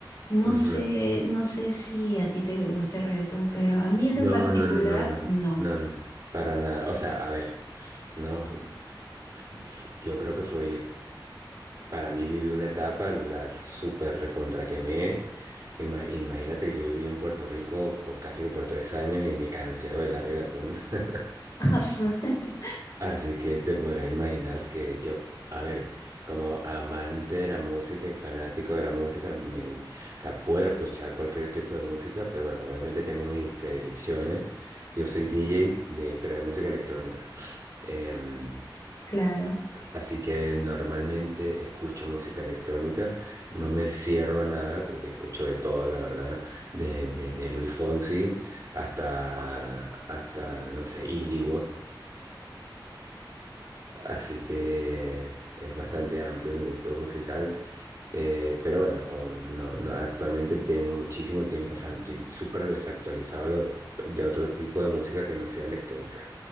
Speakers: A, on the left; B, on the right.
A: No
B: Ujú.
A: sé, no sé si a ti te gusta el reggaetón, pero a mí en
B: No,
A: lo particular,
B: no, no, no, no, no,
A: no.
B: no, no, para nada. O sea, a ver, no, f- f- yo creo que fue yo, para mí viví una etapa, la súper recontra quemé. Ima- imagínate que yo viví en Puerto Rico por, casi que por tres años y me cansé de bailar reggaetón. <laughs>
A: <laughs>
B: Así que te podrás imaginar que yo, a ver, como amante de la música y fanático de la música, me en- o sea, puedo escuchar cualquier tipo de música, pero bueno, obviamente tengo mis predilecciones. Yo soy DJ de, pero de música electrónica. Em,
A: Claro.
B: así que normalmente escucho música electrónica, no me cierro a nada porque escucho de todo, la verdad, desde de, de- de Luis Fonsi hasta, hasta, no sé, Il Divo. Así que es bastante amplio mi gusto musical. Eh, pero bueno, o- no, no, actualmente tengo muchísimo tiempo, o sea, estoy súper desactualizado de, ot- de otro tipo de música que no sea electrónica.